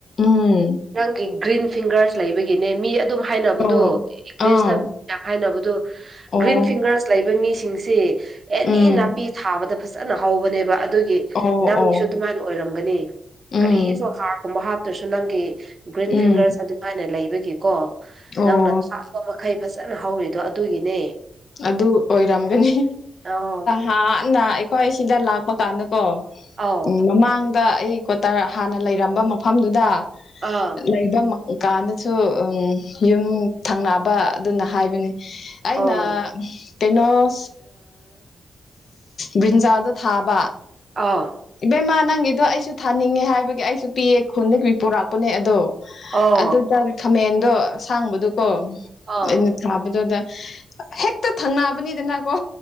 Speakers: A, on the left; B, on the right.
A: ꯎꯝ
B: ꯅꯪꯒꯤ ꯒ꯭ꯔꯤꯟ ꯐꯤꯡꯒꯔꯁ ꯂꯩꯕꯒꯤꯅꯦ ꯃꯤ ꯑꯗꯨꯝ ꯍꯥꯏꯅꯕꯗꯨ
A: ꯑꯣ
B: ꯏꯪꯂꯤꯁꯇ
A: ꯑꯥ
B: ꯌꯥꯝ ꯍꯥꯏꯅꯕꯗꯨ
A: ꯑꯣ
B: ꯒ꯭ꯔꯤꯟ ꯐꯤꯡꯒꯔꯁ ꯂꯩꯕ ꯃꯤꯁꯤ ꯁꯤꯡꯁꯤ ꯑꯦꯅꯤ
A: ꯎꯝ
B: ꯅꯥꯄꯤ ꯊꯥꯕꯗ ꯐꯖꯅ ꯍꯧꯕꯅꯦꯕ ꯗꯨꯒꯤ
A: ꯑꯣ
B: ꯅꯪꯒꯤꯁꯨ
A: ꯑꯣ
B: ꯑꯗꯨꯃꯥꯏꯅ ꯑꯣꯏꯔꯝꯒꯅꯤ ꯀꯔꯤꯁꯨ
A: ꯎꯝ
B: ꯍꯥꯔꯒꯨꯝꯕ ꯍꯥꯞꯇ꯭ꯔꯁꯨ ꯅꯪꯒꯤ ꯒ꯭ꯔꯤꯟ ꯐꯤꯡꯒꯔꯁ
A: ꯎꯝ
B: ꯑꯗꯨꯃꯥꯏꯅ ꯂꯩꯕꯒꯤꯀꯣ ꯅꯪꯅ
A: ꯑꯣ
B: ꯊꯥꯕ ꯃꯈꯩ ꯐꯖꯅ ꯍꯧꯔꯤ ꯑꯗꯣ ꯑꯗꯨꯒꯤꯅꯦ
A: ꯑꯗꯨ ꯑꯣꯏꯔꯝꯒꯅꯤ
B: ꯑꯧ
A: ꯍꯥꯟꯅ ꯑꯩꯈꯣꯏ ꯁꯤꯗ ꯂꯥꯛꯄ ꯀꯥꯟꯗꯀꯣ
B: ꯑꯧ
A: ꯎꯝ ꯃꯃꯥꯡꯗ ꯑꯩ ꯀꯣꯇꯔ ꯍꯥꯟꯅ ꯂꯩꯔꯝꯕ ꯃꯐꯝꯗꯨꯗ
B: ꯑꯥ
A: ꯂꯩꯕ ꯎ ꯀꯥꯟꯗꯁꯨ ꯎ ꯌꯨꯝ ꯊꯪꯅꯕ ꯑꯗꯨꯅ ꯍꯥꯏꯕꯅꯤ ꯑꯩꯅ
B: ꯑꯣ
A: ꯀꯩꯅꯣ ꯕ꯭ꯔꯤꯟꯖꯥꯗꯣ ꯊꯥꯕ
B: ꯑꯥ
A: ꯏꯕꯦꯝꯃ ꯅꯪꯒꯤꯗꯣ ꯑꯩꯁꯨ ꯊꯥꯅꯤꯡꯉꯦ ꯍꯥꯏꯕꯒꯤ ꯑꯩꯁꯨ ꯄꯤꯑ ꯈꯨꯟꯗꯒꯤ ꯄꯤ ꯄꯨꯣꯔꯛꯄꯅꯦ ꯑꯗꯣ
B: ꯑꯣ
A: ꯑꯗꯨꯗ ꯈꯥꯃꯦꯟꯗꯣ ꯑꯁꯥꯡꯕꯗꯨꯣꯀꯣ
B: ꯑꯥ
A: ꯑꯩꯅ ꯊꯥꯕꯗꯨꯗ ꯍꯦꯛꯛꯇ ꯊꯪꯅꯕꯅꯤꯗꯅꯀꯣ